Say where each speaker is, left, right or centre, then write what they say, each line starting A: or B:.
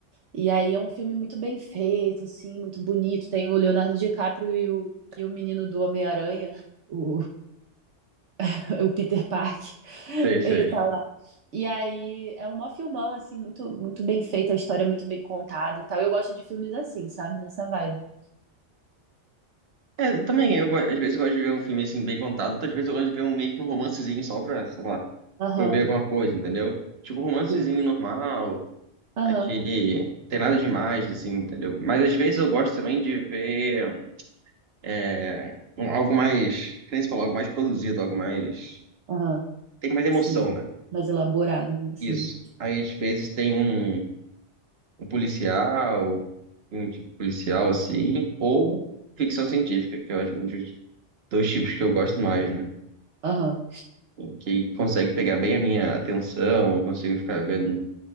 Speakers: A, on the right; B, on the right.
A: E aí é um filme muito bem feito, assim, muito bonito. Tem o Leonardo DiCaprio e o, e o menino do Homem-Aranha, o, <laughs> o Peter Park.
B: Sei, sei.
A: Ele tá lá. E aí é um mó filmão, assim, muito, muito bem feito, a história é muito bem contada e tal. Eu gosto de filmes assim, sabe? Nessa vibe.
B: É, eu também, eu, go- às vezes eu gosto de ver um filme assim bem contado, outras vezes eu gosto de ver um meio que um romancezinho só pra, sei lá,
A: Aham,
B: pra eu ver alguma coisa, entendeu? Tipo, um romancezinho
A: sim.
B: normal,
A: Aham,
B: aquele. Tem nada demais, assim, entendeu? Mas às vezes eu gosto também de ver é, um- algo mais, que nem você falou, algo mais produzido, algo mais.
A: aham,
B: Tem mais emoção,
A: sim.
B: né?
A: Mais elaborado, né? Sim.
B: Isso. Aí às vezes tem um, um policial, um tipo policial assim, ou ficção científica, que eu acho um dos dois tipos que eu gosto mais, né?
A: Aham,
B: que consegue pegar bem a minha atenção, eu consigo ficar vendo,